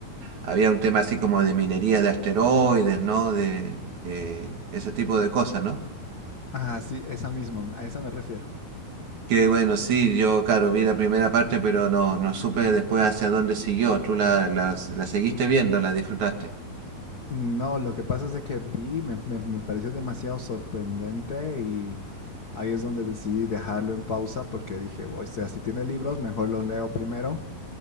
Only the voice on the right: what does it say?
Había un tema así como de minería de asteroides, ¿no? De eh, ese tipo de cosas, ¿no?
Que bueno, sí, yo, claro, vi la primera parte, pero no, no supe después hacia dónde siguió. ¿Tú la, la, la seguiste viendo, la disfrutaste?